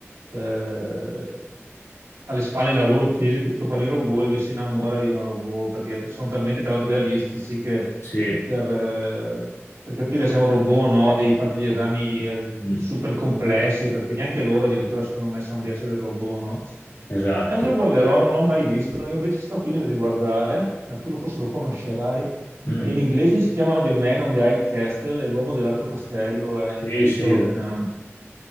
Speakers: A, on the right; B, on the left.
A: eh, alle spalle il lavoro fisico, tutto fanno i robot e lui si innamora di una robot perché sono talmente tra l'altro realistici che
B: sì,
A: per, eh, per capire se è un robot o no devi fare degli esami eh,
B: mm,
A: super complessi perché neanche loro addirittura secondo me sanno di essere robot, no?
B: esatto.
A: E me lo guarderò, non l'ho mai visto. Io invece sto finendo di guardare, ma tu lo- forse lo conoscerai.
B: Mm,
A: E In inglese si chiama The Man on the High Castle, e l'uomo dell'altro castello è
B: sì,
A: in titolo
B: sì,
A: in,